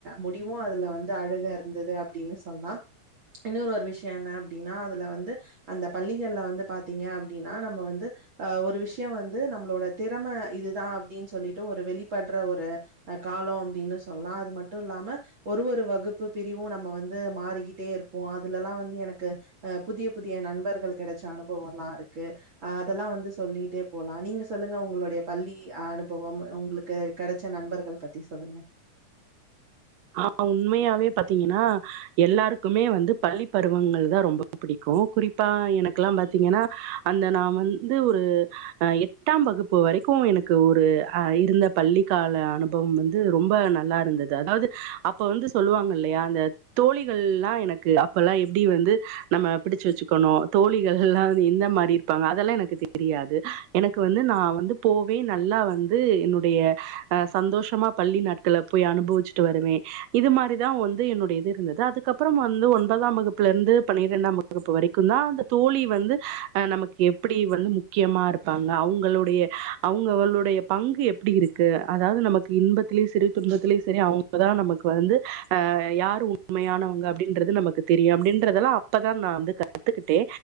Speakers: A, on the right; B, on the right.
A: முடிவும் அதுல வந்து அழகா இருந்தது அப்டின்னு சொல்லாம் இன்னொரு ஒரு விஷயோ என்ன அப்டின்னா அதுல வந்து அந்த பள்ளிகள்ல வந்து பாத்தீங்க அப்டின்னா நம்ம வந்து ஆ ஒரு விஷயம் வந்து நம்மளோட திறம இதுதா அப்டின்னு சொல்லிட்டு ஒரு வெளிப்படுற ஒரு ஆ காலோ அப்டின்னு சொல்லா அது மட்டு இல்லாம ஒரு ஒரு வகுப்பு பிரிவும் நம்ம வந்து மாறிக்கிட்டே இருப்போ அதுலல்லா வந்து எனக்கு ஆ புதிய புதிய நண்பர்கள் கெடச்ச அனுபவம்ல்லா இருக்கு ஆ அதெல்லா வந்து சொல்லிட்டே போலா நீங்க சொல்லுங்க உங்களுடைய பள்ளி அனுபவம் உங்களுக் கெ கெடச்ச நண்பர்கள் பத்தி சொல்லுங்க
B: ஆ உண்மையாவே பாத்தீங்கன்னா எல்லாருக்குமே வந்து பள்ளி பருவங்கள் தா ரொம்ப புடிக்கும் குறிப்பா எனக்குல்லா பாத்தீங்கன்னா அந்த நா வந்து ஒரு ஆ எட்டாம் வகுப்பு வரைக்கும் எனக்கு ஒரு ஆ இருந்த பள்ளிக்கால அனுபவ போம் வந்து ரொம்ப நல்லா இருந்தது அதாவது அப்ப வந்து சொல்லுவாங்க இல்லையா அந்த தோழிகள்ல்லா எனக்கு அப்பல்லா எப்டி வந்து நம்ம பிடிச்சு வச்சுக்கணு தோழிகள்ல்லா இந்த மாரி ப்பாங்க அதெல்லா எனக்கு தெரியாது எனக்கு வந்து நா வந்து போவே நல்லா வந்து என்னுடைய ஆ சந்தோஷமா பள்ளி நாட்கள போய் அனுபவிச்சிட்டு வருவே இது மாதிரிதா வந்து என்னுடைய இது இருந்தது அதுக்கப்றோ வந்து ஒன்பதாம் வகுப்புல இருந்து பன்னிரெண்டாம் வகுப் றுப்பு வரைக்குந்தா அந்த தோழி வந்து ஆ நமக்கு எப்டி வந்து முக்கியமா இருப்பாங்க அவங்களுடைய அங்க அவளுடைய பங்கு எப்டி இருக்கு அதாவது நமக்கு இன்பத்திலேயும் சரி துன்பத்திலேயும் சரி அவங்க அப்பதா நமக்கு வந்து ஆ யார் உண்மையானவங்க அப்டின்றது நமக்கு தெரியும் அப்டின்றதெல்லா அப்பதா நா வந்து கத் த்துக்கிட்டே